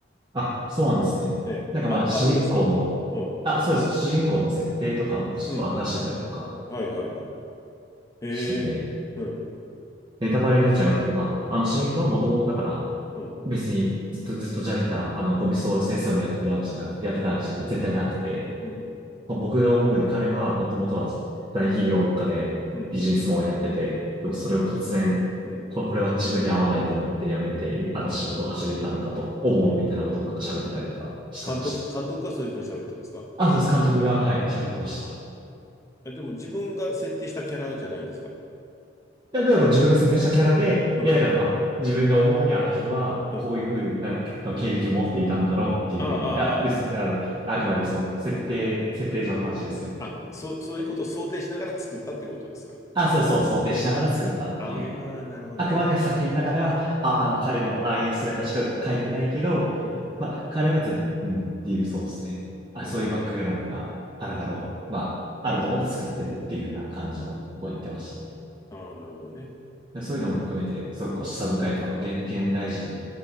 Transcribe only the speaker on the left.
ええ。
あ、
あるんですかうん。
うん。はいはいはい。へえ。
うん。
あ、うん。
うん。
うん。
うん。うん。
うん。
うん。うん監督、監督がそういうふうに喋ったんですか
え、でも自分が設定したキャラじゃないんですか
うん。
うん。
ああ、
あ
あ、あ、そう、そういうことを想定しながら作ったってことですか
ああ、なるほどね。
うん。
はいはいはい。
ああ、なるほどね。